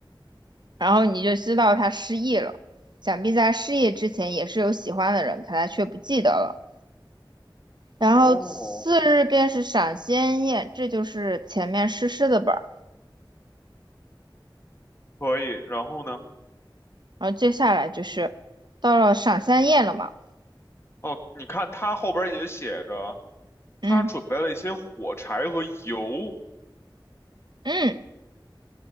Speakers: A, on the right (about 60°); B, on the left (about 30°).
A: 然后你就知道他失忆了。想必在他失忆之前也是有喜欢的人，可他却不记得了。然后次日便是赏仙宴，
B: 哦，
A: 这就是前面诗诗的本儿。
B: 可以，然后呢？
A: 然后接下来就是到了赏仙宴了嘛，
B: 哦，你看他后边也写着。
A: 嗯
B: 他准备了一些火柴和油，
A: 嗯，